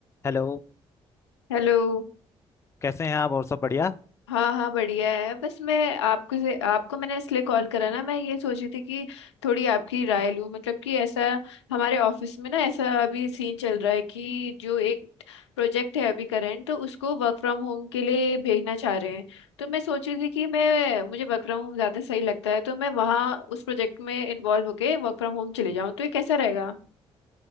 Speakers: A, on the left; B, on the left.
A: हेलो
B: हेलो
A: कैसे हैं आप और सब बढ़िया
B: हाँ हाँ बढ़िया है बस मैं आपको से आपको मैंने इसलिए कॉल करा ना मैं ये सोची थी कि थोड़ी आपकी राय लूँ मतलब कि ऐसा हमारे ऑफिस में ना ऐसा अभी सीन चल रहा है कि जो एक प्रोजेक्ट है अभी करंट तो उसको वर्क फ्रॉम होम के लिए भेजना चाह रहे हैं तो मैं सोची थी कि मैं मुझे वर्क फ्रॉम होम ज़्यादा सही लगता है तो मैं वहाँ उस प्रोजेक्ट में इन्वॉल्व होके वर्क फ्रॉम होम चले जाऊँ तो ये कैसा रहेगा